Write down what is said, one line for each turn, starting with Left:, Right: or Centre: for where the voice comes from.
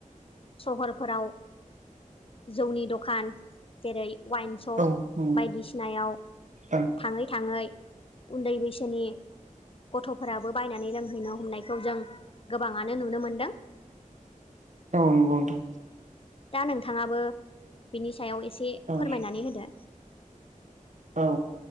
Left: सहरफोराव जौनि दखान जेरै वाइन सप
Right: ओं ओं
Left: बायदिसिनायाव
Right: औ
Left: थाङै थाङै उन्दै बैसोनि गथ'फोराबो बायनानै रोंहैनो हमनायखौ जों गोबाङानो नुनो मोन्दों।
Right: औ नंगौ नोंथां।
Left: दा नोंथाङाबो बिनि सायाव एसे
Right: नोंथां औ
Left: फोरमायनानै होदो।
Right: औ